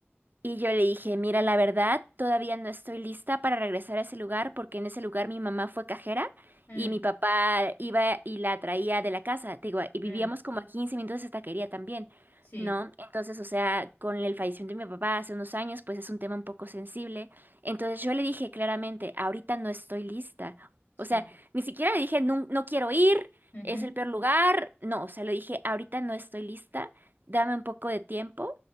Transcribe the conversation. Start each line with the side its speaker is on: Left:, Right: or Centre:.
Right: Y yo le dije, mira, la verdad, todavía no estoy lista para regresar a ese lugar porque en ese lugar mi mamá fue cajera
Left: mm,
Right: y mi papá iba y la traía de la casa. Te digo, y vivíamos
Left: mm,
Right: como a 15 minutos de esa taquería también,
Left: Sí,
Right: ¿no? Entonces, o sea, con el fallecimiento de mi papá hace unos años, pues es un tema un poco sensible. Entonces yo le dije claramente, ahorita no estoy lista.
Left: sí.
Right: O sea, ni siquiera le dije, no, no quiero ir,
Left: ujú,
Right: es el peor lugar. No, o sea, le dije, ahorita no estoy lista dame un poco de tiempo